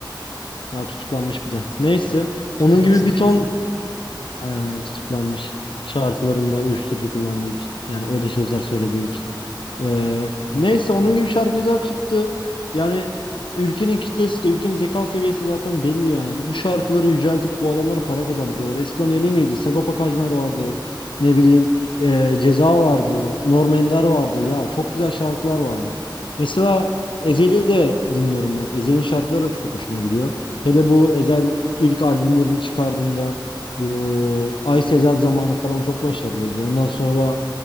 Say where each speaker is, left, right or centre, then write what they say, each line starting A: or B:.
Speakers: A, on the left (about 85°); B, on the left (about 45°).
A: daha tutuklanmış bir de. Neyse.
B: <laughs>
A: Onun gibi
B: Ciddi
A: bir ton
B: misin?
A: Ee, tutuklanmış şarkılarında uyuşturucu kullandığı için. Yani öyle sözler söylediği için. Ee, neyse onun gibi şarkıcılar çıktı. Yani ülkenin kitlesi de ülkenin zeka seviyesi zaten belli yani. Bu bu şarkıları yüceltip bu adamlara para kazandırıyorlar. Eskiden öyle miydi? Sagopa Kajmer vardı. Ne bileyim ee, Ceza vardı. Norm Ender vardı. Ya çok güzel şarkılar vardı. Mesela Ezhel'i de dinliyorum ben. Ezhel'in şarkıları da çok hoşuma gidiyor. Hele bu Ezhel ilk albümlerini çıkardığında bu Ay sezel zamanı falan çok başarılıydı. Ondan sonra